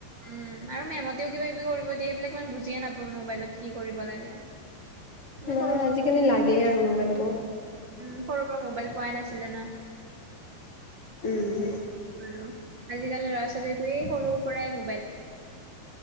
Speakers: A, on the right (about 55°); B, on the left (about 40°).
A: উম আৰু মেমতেও কিবা কিবি কৰিব দিয়ে এইবিলাক ইমান বুজিয়ে নাপাওঁ মোবাইলত কি কৰিব লাগে। আমি
B: নাই
A: সৰু
B: আজিকালি লাগেই আৰু মোবাইলটো
A: সৰুৰ পৰা মোবাইল পোৱাই নাছিলে না
B: উম
A: আৰু আজিকালি ল'ৰা ছোৱালীটো এই সৰুৰ পৰাই মোবাইল